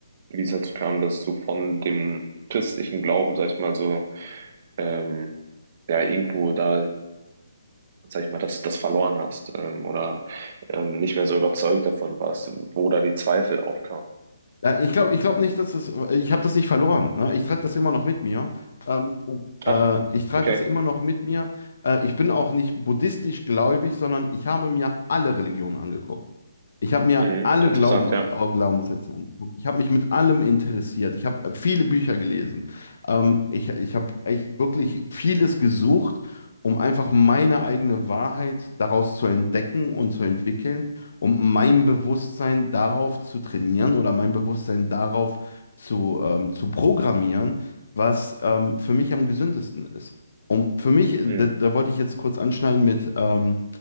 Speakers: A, on the right; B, on the left.
A: wie es dazu kam, dass du von dem christlichen Glauben, sag ich mal, so, ähm, ja, irgendwo da sag ich mal, das, das verloren hast ähm, oder ähm, nicht mehr so überzeugt davon warst, wo da die Zweifel aufkamen.
B: Ja, ich glaube, ich glaube nicht, dass es. äh, Ich habe das nicht verloren. Ne? Ich trage das immer noch mit mir. Ähm, oh, äh,
A: Ach,
B: ich trage
A: okay.
B: das immer noch mit mir. Äh, ich bin auch nicht buddhistisch gläubig, sondern ich habe mir alle Religionen angeguckt. Ich habe mir
A: Mhm.
B: alle
A: Interessant,
B: Glauben, äh,
A: ja.
B: Glaubenssätze angeguckt. Ich habe mich mit allem interessiert. Ich habe viele Bücher gelesen. Ähm, ich ich habe echt wirklich vieles gesucht, um einfach meine eigene Wahrheit daraus zu entdecken und zu entwickeln um mein Bewusstsein darauf zu trainieren oder mein Bewusstsein darauf zu, ähm, zu programmieren, was ähm, für mich am gesündesten ist. Und für mich,
A: Mhm.
B: da, da wollte ich jetzt kurz anschneiden mit, ähm,